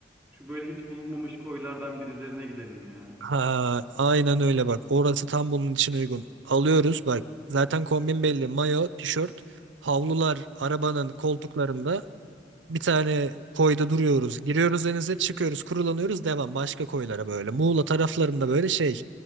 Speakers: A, in the centre; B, on the right.
A: Şu böyle hiç bulunmamış koylardan birilerine gidelim ya.
B: Ha, aynen öyle bak. Orası tam bunun için uygun. Alıyoruz bak. Zaten kombin belli. Mayo, tişört, havlular arabanın koltuklarında. Bir tane koyda duruyoruz. Giriyoruz denize, çıkıyoruz, kurulanıyoruz. Devam başka koylara böyle. Muğla taraflarında böyle şey.